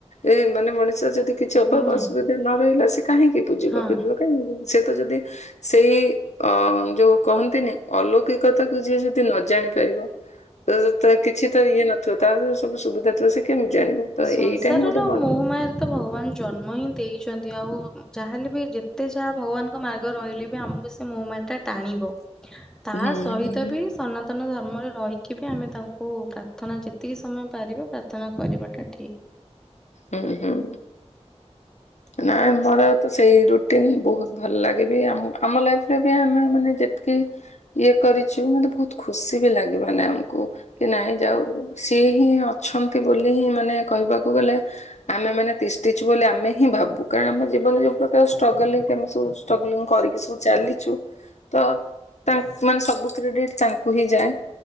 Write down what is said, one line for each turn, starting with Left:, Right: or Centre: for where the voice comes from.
Left: ଏ ମାନେ ମଣିଷ ଯଦି କି ଛିଃ ଅଭାବ
Centre: ନାଇଁ
Left: ଅସୁବିଧା ନ ରହିଲା ସେ କାହିଁକି ବୁଝିବାକୁ
Centre: ହଁ।
Left: ଯିବ? ଏ ସେ ତ ଯଦି ସେଇ ଅ ଯୋଉ କହନ୍ତିନି ଅଲୌକିକତାକୁ ଯିଏ ଯ ତି ନ ଜାଣି ପାରିବ ତ ତ କିଛି ତ ଇଏ ନଥିବ ତାର ସବୁ ସୁବିଧା ଥିବ ସେ କେମି ଜାଣିବ? ତ
Centre: ସଂସାର
Left: ଏଇଟା ହିଁ ଗୋଟେ
Centre: ନ
Left: ବଡ
Centre: ମୋହ ମାୟାରେ ତ ଭଗବାନ ଜନ୍ମ ହିଁ ଦେଇଚନ୍ତି ଆଉ ଯାହାେଲେ ବି ଯେତେ ଯାହା ଭଗବାନଙ୍କ ମାର୍ଗ ରହିଲେ ବି ଆମୁ ଉ ସେ ମୋହ ମାୟାଟା ଟାଣିବ ତା
Left: ହୁଁ
Centre: ସହିତ
Left: ହୁଁ
Centre: ବି ସନାତନ ଧର୍ମରେ ରହିକି ବି ଆମେ ତାଙ୍କୁ ପ୍ରାର୍ଥନା ଯେତିକି ସମୟ ପାରିବା ପ୍ରାର୍ଥନା କରିବାଟା ଠି
Left: ହୁଁ ହୁଁ। ନାଁ ମୋର ତ ସେଇ ରୁଟିନ ବୋହୁତ ଭଲ ଲାଗେ ବିି ଆମ ଆମ ଲାଇଫ୍ ରେ ବି ଆମେ ମାନେ ଯେତିକି ଇଏ କରିଚୁ ମତେ ବହୁତ ଖୁସି ବି ଲାଗେ ମାନେ ଆମକୁ କି ନାଇଁ ଯାଉ ସିଏ ହିଁ ଅଛନ୍ତି ବୋଲି ହିଁ ମାନେ କହିବାକୁ ଗଲେ ଆମେ ମାନେ ତିଷ୍ଟିଚୁ ବୋଲି ଆମେ ହିଁ ଭାବୁ କାରଣ ଆମ ଜୀବନରେ ଯୋଉ ପ୍ରକାର ଷ୍ଟ୍ରଗଲ୍ ହେଇକି ଆମେ ସବୁ ଷ୍ଟ୍ରଗଲିଙ୍ଗ କରିକି ସବୁ ଚାଲିଚୁ ତ ତାଙ୍କ୍ ମାନେ ସବୁ କ୍ରେଡିଟ୍ ତାଙ୍କୁ ହିଁ ଯାଏ।